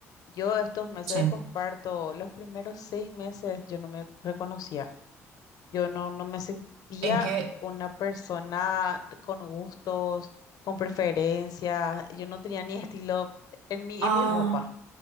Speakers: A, on the left; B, on the right.
A: Yo estos meses
B: sí.
A: de posparto, los primeros seis meses, yo no me reconocía. Yo no, no me sentía
B: ¿En qué?
A: una persona con gustos, con preferencias. Yo no tenía ni estilo en mi,
B: Ah,
A: en mi ropa.